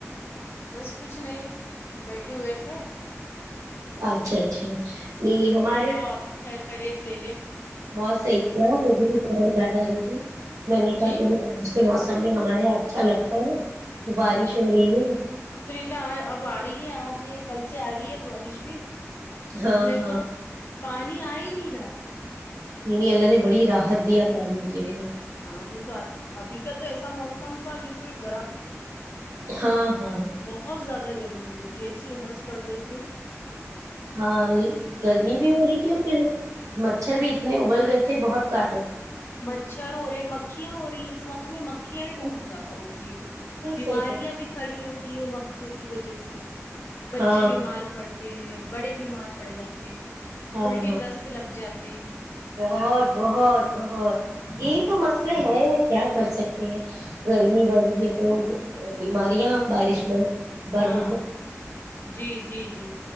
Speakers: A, on the left; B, on the right.
A: بس کچھ نہیں بیٹھے ہوئے تھے
B: اچھا اچھا نہیں
A: تو میں
B: ہمارے
A: بولی لاؤ اپ کی خیر خیریت لے لے
B: بہت سہی کیا مجھے بھی تمہاری یاد ارہی تھی میں نے کہا
A: جی
B: تمہیں بارش کے موسم میں ہمارے ہاتھ اچھا لگتا ہے نا بارش ہو رہی ہے
A: لا اب ا رہی ہے اج یہ کل سے ا رہی ہے بارش بھی
B: ہاں
A: نہیں
B: ہاں
A: تو پانی ا ہی نہیں رہا تھا
B: نہیں نہیں اللہ نے بڑی رات دیا پانی کے لیے
A: ہاں نہیں تو اج ابھی کا تو ایسا موسم تھا بالکل گرم
B: ہاں ہاں
A: بہت زیادہ گرمی ہو رہی تھی ایسی امس پڑ رہی تھی
B: ہاں لیک گرمی بھی ہو رہی تھی اور پھر مچھر بھی اتنے ابل گئے تھے بہت کاٹے
A: مچھر ہو رہے ہے مکھیاں ہو رہی ہیں اس موسم میں مکھ کھیاں بھی
B: بالکل
A: بہت زیادہ ہوتی ہے بیماریاں
B: صحیح
A: بھی کھڑی ہوتی ہے وہ مکھیوں کی وجہ سے بچے
B: ہاں
A: بیمار پڑتے ہیں بڑے بیمار پڑ جاتے ہیں
B: ہاں
A: الٹی
B: ہاں
A: دست لگ جاتے ہیں
B: بہت بہت بہت یہی تو مسئلے ہے یا کیا کر سک تے گرمی بڑ رہی ہے تو بیماریاں بارش میں بارودہ
A: ہاں جی جی جی